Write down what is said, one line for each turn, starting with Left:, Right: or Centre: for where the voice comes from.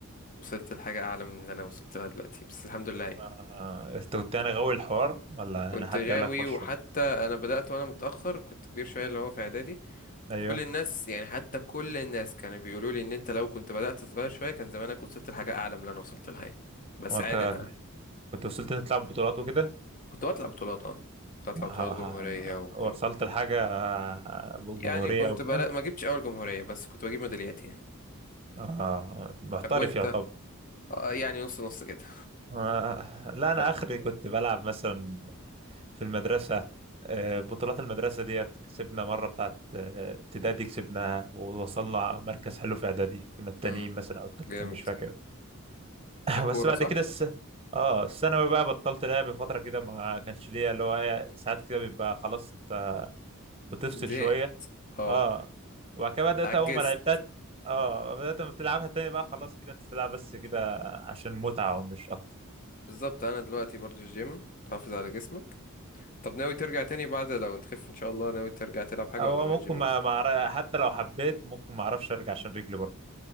Left: وصلت لحاجه اعلى من اللي انا وصلت لها دلوقتي بس الحمد لله يعني
Right: آه انت كنت يعني غاوي الحوار ولا
Left: كنت
Right: انا حد
Left: غاوي
Right: قال لك خش؟
Left: وحتى انا بدات وانا متاخر كنت كبير شويه اللي هو في اعدادي
Right: ايوه
Left: وكل الناس يعني حتى كل الناس كانوا بيقولوا لي ان انت لو كنت بدات صغير شويه كان زمانك وصلت لحاجه اعلى من اللي انا وصلت لها يعني. بس
Right: وانت
Left: عادي انا
Right: كنت وصلت انك تلعب بطولات وكده؟
Left: كنت بطلع بطولات اه كنت بطلع
Right: ح-
Left: بطولات جمهوريه
Right: ح-
Left: وك...
Right: وصلت لحاجة آه،
Left: يعني
Right: جمهورية
Left: كنت
Right: او كده؟
Left: بلا... ما جبتش اول جمهورية بس كنت بجيب ميداليات يعني
Right: آه محترف
Left: طب وانت
Right: يعتبر
Left: آه يعني نص نص كده
Right: آه،
Left: <laughs>
Right: لا
Left: طب
Right: انا اخري كنت بلعب مثلا في المدرسه آه، بطولات المدرسه ديت كسبنا مره بتاعت آه، ابتدائي كسبناها ووصلنا مركز حلو في اعدادي كنا التانيين
Left: امم
Right: مثلا او التالتين
Left: جامد
Right: مش فاكر <laughs>
Left: ده كورة
Right: بس بعد
Left: صح
Right: كده الس... اه الثانوي بقى بطلت لعب فتره كده ما كانش ليا اللي هو إيه، ساعات كده بيبقى خلاص انت بتفصل
Left: زهقت
Right: شويه
Left: اه
Right: اه وبعد كده بدات
Left: عجزت
Right: اول ما لعبتها اه بدات لما تلعبها تاني بقى خلاص كده انت تلعب بس كده عشان متعه ومش اكتر
Left: بالظبط انا دلوقتي برضو الجيم تحافظ على جسمك طب ناوي ترجع تاني بعد لو تخف ان شاء الله ناوي ترجع تلعب حاجة
Right: هو
Left: ولا هو
Right: ممكن
Left: الجيم
Right: ما
Left: بس
Right: ما أعرف- حتى لو حبيت ممكن ما اعرفش ارجع عشان رجلي برضه